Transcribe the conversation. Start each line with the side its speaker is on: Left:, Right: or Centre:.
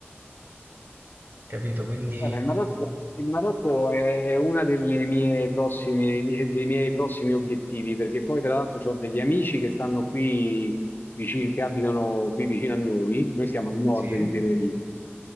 Right: capito? Quindi
Left: Guarda, il Marocco, il Marocco è uno delle mie prossime, dei miei prossimi obiettivi, perché poi tra l'altro ho degli amici che stanno qui vicino, che abitano qui vicino a noi, noi siamo a nord
Right: sì.
Left: di Tenerife,